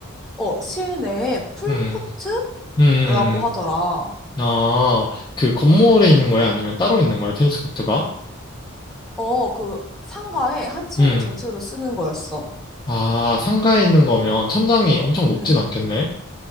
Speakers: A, in the centre; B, on the left.
A: 어, 실내에 풀코트라고
B: 음, 음, 음,
A: 하더라.
B: 음. 아, 그 건물에 있는 거예요? 아니면 따로 있는 거예요? 테니스 코트가?
A: 어, 그 상가에 한 층을
B: 음,
A: 전체로 쓰는 거였어.
B: 아, 상가에 있는 거면 천장이 엄청 높진
A: 음,
B: 않겠네?